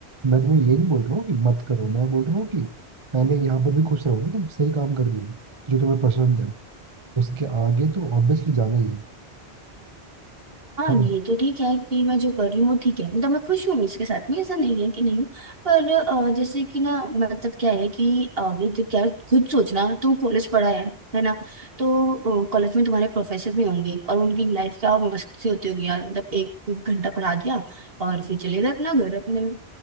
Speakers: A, on the right; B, on the right.
A: मैं तुम्हें ये नहीं बोल रहा हूँ कि मत करो मैं बोल रहा हूँ कि पहले यहाँ पर भी खुश रहो ना तुम सही काम कर रही हो जो तुम्हें पसंद है उसके आगे तो ऑब्वियसली जाना ही है
B: हाँ
A: है ना?
B: ये तो ठीक है कि मैं जो कर रही हूँ वो ठीक है मतलब मैं खुश हूँ इसके साथ में ऐसा नहीं है कि नहीं हूँ पर अ, जैसे कि ना मतलब क्या है कि आगे जब क्या है, खुद सोचना तुम कॉलेज पढ़ा है है ना तो कॉलेज में तुम्हारे प्रोफेसर भी होंगे और उनकी लाइफ क्या मस्ती होती होगी यार मतलब एक एक घंटा पढ़ा दिया और फिर चले गए अपना घर अपने